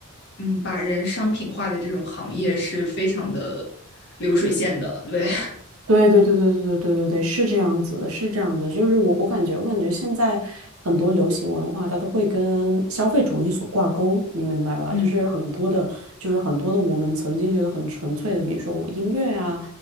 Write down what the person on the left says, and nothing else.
嗯，把人商品化的这种行业是非常的流水线的，对，
嗯